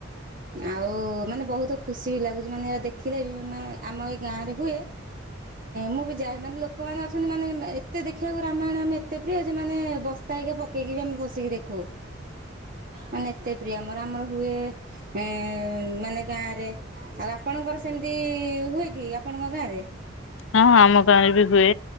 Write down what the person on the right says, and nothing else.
ଆଉ ମାନେ ବହୁତ ଖୁସି ବି ଲାଗୁଛି ମାନେ ଏ ଦେଖିଲେ ବି ଆମ ଏଇ ଗାଁ ରେ ହୁଏ। ମୁଁ ବି ଯାଏ ମାନେ ଲୋକମାନେ ଅଛନ୍ତି ମାନେ ଏତେ ଦେଖିବାକୁ ରାମାୟଣ ଆମେ ଏତେ ପ୍ରିୟ ଯେ ମାନେ ବ ତାହି ପକେଇକି ବି ଆମେ ବସିକି ଦେଖୁ ମାନେ ଏତେ ପ୍ରିୟ ଆମର ଆମର ହୁଏ ଏ ମାନେ ଗାଁରେ ଆଉ ଆପଣଙ୍କର ସେମିତି ହୁଏ କି ଆପଣଙ୍କ ଗାଁରେ।